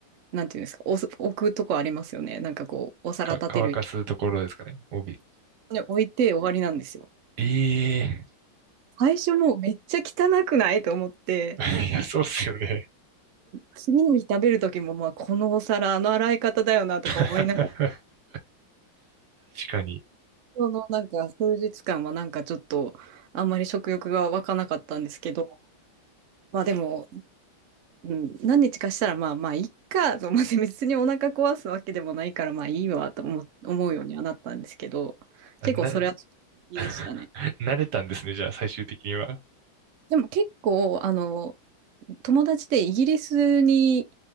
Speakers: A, on the right; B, on the right.
A: なんていうんですか、おす置くとこありますよね。なんかこう、お皿立てる
B: か、乾かすところですかね。帯
A: に置いて終わりなんですよ。
B: ええ
A: 最初もうめっちゃ汚くないと思って、
B: ー <laughs> いや、そうっすよね。
A: 次の日食べる時もまあこのお皿、あの洗い方だよなとか思いながら、
B: <laughs> 確かに。
A: そのなんか数日間はなんかちょっとあんまり食欲が湧かなかったんですけど、まあでも、うん、何日かしたらまあまあいっかと思って別にお腹壊すわけでもないからまあいいわと思、思うようにはなったんですけど、
B: あな、
A: 結構それは好きでしたね。
B: <laughs> 慣れたんですね、じゃあ、最終的には。
A: でも結構あの友達でイギリスに